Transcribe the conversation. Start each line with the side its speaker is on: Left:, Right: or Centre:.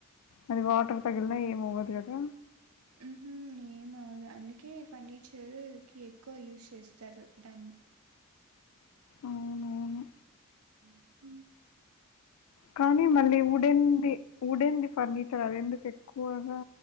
Left: అది వాటర్ తగిలినా ఏమ్ అవ్వదు కదా
Right: ఉంహు ఏమవదు అందుకే ఫర్నిచరు కి ఎక్కువ యూజ్ చేస్తారు దాన్ని
Left: అవునవును
Right: ఉమ్
Left: కానీ మళ్ళీ ఊడింది ఉడేంది ఫర్నిచర్ అది ఎందుకు ఎక్కువగా